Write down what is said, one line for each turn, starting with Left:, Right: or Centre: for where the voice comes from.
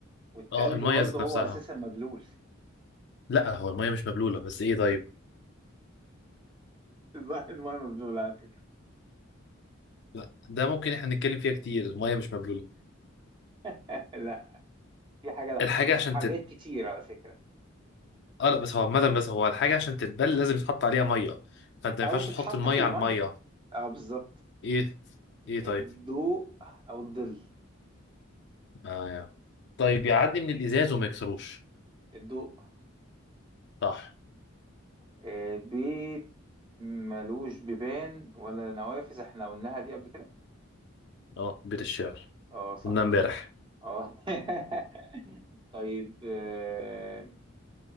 Right: والتلج
Left: اه الميه
Right: برضه
Left: ذات
Right: هو
Left: نفسها
Right: اساسا مبلول
Left: لا هو الميه مش مبلوله بس ايه طيب
Right: <laughs> الماء مبلول على فكرة
Left: لا ده ممكن احنا نتكلم فيها كتير الميه مش مبلوله
Right: <laughs> لا في حاجة لو حطيتها
Left: الحاجه عشان
Right: في حاجات
Left: تت...
Right: كتير على فكرة
Left: اه لا بس هو عامة بس هو الحاجة عشان تتبل لازم يتحط عليها مية فانت ما
Right: أو
Left: ينفعش
Right: تتحط
Left: تحط المية
Right: في المية
Left: على المية
Right: اه بالظبط
Left: ايه ايه
Right: الضوء
Left: طيب
Right: أو الظل
Left: آه يعني. طيب يعدي من الازاز وما يكسروش
Right: الضوء
Left: صح
Right: آه، بيت ملوش بيبان ولا نوافذ احنا قلناها دي قبل كده
Left: اه بيت الشعر
Right: اه صح
Left: قلنا امبارح
Right: اه <laughs> طيب آه،